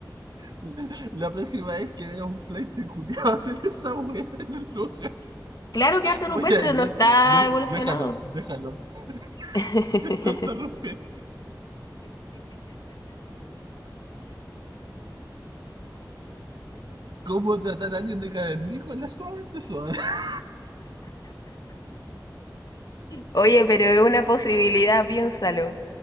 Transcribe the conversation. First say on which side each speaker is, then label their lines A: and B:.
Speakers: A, on the right; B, on the left.
A: <laughs> La próxima vez que vea un flight de culiao hacer esa wea en el lugar.
B: Claro que arte
A: Voy
B: rupestre
A: a decir,
B: no está
A: "De-
B: evolucionado.
A: déjalo, déjalo,
B: <laughs>
A: <laughs> sin interrumpir. ¿Cómo tratar a alguien de cavernícola? Suavemente suave. <laughs>
B: Oye, pero es una posibilidad, piénsalo.